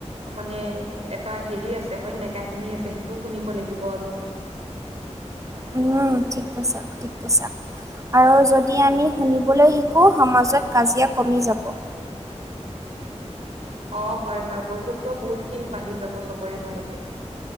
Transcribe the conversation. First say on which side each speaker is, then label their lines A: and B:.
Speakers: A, on the right; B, on the right.
A: মানে এটা হেৰি আছে হয় নাই কাহিনী আছে সেইটোও শুনিব লাগিব আমি
B: উম ঠিক কৈছা ঠিক কৈছা আৰু যদি আমি শুনিবলৈ শিকোঁ সমাজত কাজিয়া কমি যাব
A: অহ হয় হয় বন্ধুত্বও বহুত খিনি বাঢ়ি যাব চবৰে মাজতে